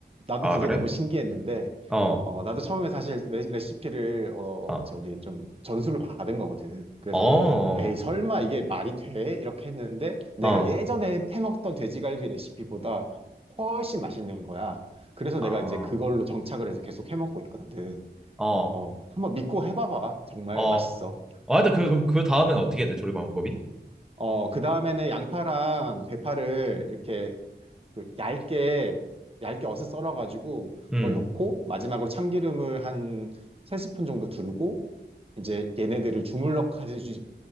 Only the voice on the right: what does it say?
나도
그게
너무 신기했는데
어, 나도 처음에 사실 레- 레시피를, 어,
저기 좀 전수를 받은 거거든. 그래서,
에이, 설마 이게 말이 돼? 이렇게 했는데, 내가
예전에 해먹던 돼지갈비 레시피보다 훨씬 맛있는 거야. 그래서
내가 이제 그걸로 정착을 해서 계속 해먹고 있거든.
어, 한번 믿고 해봐봐. 정말
맛있어.
어,
어, 그 다음에는 양파랑 대파를 이렇게 그 얇게 얇게 어슷 썰어가지고
그걸 넣고 마지막으로 참기름을 한 세 스푼 정도 두르고 이제 얘네들을 주물럭 하듯이